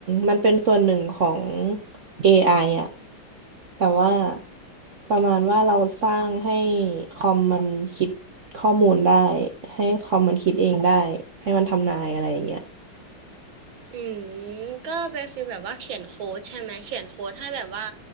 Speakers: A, on the right; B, on the right.
A: มันเป็นส่วนหนึ่งของ AI อไออะแต่ว่าประมาณว่าเราสร้างให้คอมมันคิดข้อมูลได้ให้คอมมันคิดเองได้ให้มันทำนายอะไรอย่างเงี้ย
B: อืมก็เป็นฟีลแบบว่าเขียนโค้ดใช่ไหมเขียนโค้ดให้แบบว่า